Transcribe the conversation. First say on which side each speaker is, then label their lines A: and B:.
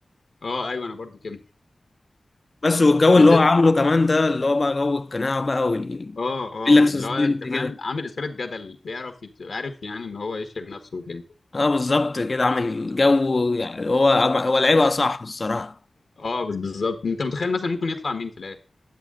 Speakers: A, on the left; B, on the left.
A: اه ايوه انا برضو كده
B: بس والجو
A: بالذات
B: اللي هو عامله كمان ده اللي هو بقى جو القناع بقى وال
A: اه اه
B: يقول لك سسبنس
A: اللي هو انت فاهم
B: كده
A: عامل اثاره جدل بيعرف يت... عارف يعني ان هو يشهر نفسه وكده
B: اه بالظبط كده عامل جو يعني هو هو لعيبه صح الصراحه
A: اه بس بالظبط انت متخيل مثلا ممكن يطلع مين في الاخر